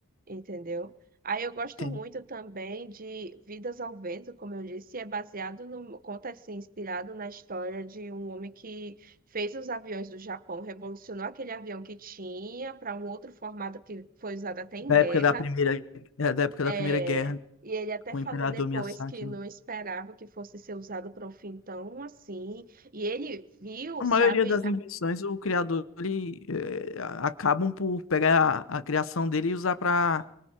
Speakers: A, on the right (about 45°); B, on the left (about 90°).
A: entendeu? Aí eu gosto
B: entendo.
A: muito também de Vidas ao Vento, como eu disse, é baseado no, conta assim, inspirado na história de um homem que fez os aviões do Japão, revolucionou aquele avião que tinha para um outro formato que foi usado até em
B: Da
A: guerra.
B: época da primeira, é, da época da
A: É,
B: Primeira Guerra,
A: e ele até
B: com
A: falou
B: o Imperador
A: depois
B: Miyazaki.
A: que
B: né?
A: não esperava que fosse ser usado para um fim tão assim. E ele viu,
B: A maioria
A: sabe,
B: das
A: a-
B: invenções, o criador, ele, é, a- acabam por pegar a, a criação dele e usar para